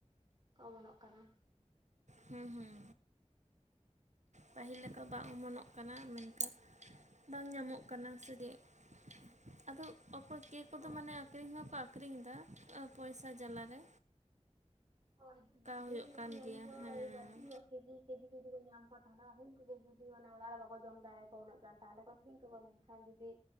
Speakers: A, on the right (about 40°); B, on the right (about 75°).
A: ᱠᱚ ᱚᱢᱚᱱᱚᱜ ᱠᱟᱱᱟ᱾
B: ᱦᱩᱸ ᱦᱩᱸ ᱯᱟᱹᱦᱤᱞ ᱞᱮᱠᱟ ᱵᱟᱝ ᱚᱢᱚᱱᱚᱜ ᱠᱟᱱᱟ ᱢᱮᱱᱠᱷᱟᱱ ᱵᱟᱝ ᱧᱟᱢᱚᱜ ᱠᱟᱱᱟ ᱥᱮ <inaudible> ᱟᱫᱚ ᱚᱠᱚᱭ ᱠᱮᱣ ᱠᱚᱫᱚ
A: ᱦᱳᱭ
B: ᱢᱟᱱᱮ ᱟᱠᱷᱨᱤᱧ ᱦᱚᱸᱠᱚ ᱟᱠᱷᱨᱤᱧ ᱮᱫᱟ ᱮᱸ ᱯᱚᱭᱥᱟ ᱡᱟᱞᱟ ᱨᱮ,
A: ᱦᱳᱭ ᱡᱩᱫᱤ ᱰᱷᱮᱨ
B: ᱦᱩᱭᱩᱜ
A: ᱧᱠᱚ
B: ᱠᱟᱱ
A: ᱠᱚ ᱧᱟᱢ
B: ᱜᱮᱭᱟ
A: ᱠᱚᱭᱟ
B: ᱦᱮᱸ
A: ᱮᱭ ᱵᱟᱲᱛᱤ ᱧᱚᱜ ᱠᱮᱡᱤ ᱠᱮᱡᱤ ᱛᱮ ᱡᱩᱫᱤ ᱠᱚ ᱧᱟᱢ ᱠᱚᱣᱟ ᱛᱟᱦᱚᱞᱮ ᱟᱨᱦᱚ ᱩᱱᱠᱩ ᱜᱮ ᱡᱩᱫᱤ ᱢᱟᱱᱮ ᱚᱲᱟᱜ ᱨᱮ ᱵᱟᱠᱚ ᱡᱚᱢ ᱫᱟᱲᱮᱭᱼᱫᱟ ᱩᱱᱟᱹᱜ ᱜᱟᱱ ᱛᱟᱦᱚᱞᱮ ᱠᱚ ᱟᱠᱷᱨᱤᱧ ᱠᱚᱣᱟ ᱢᱮᱱᱠᱷᱟᱱ ᱡᱩᱫᱤ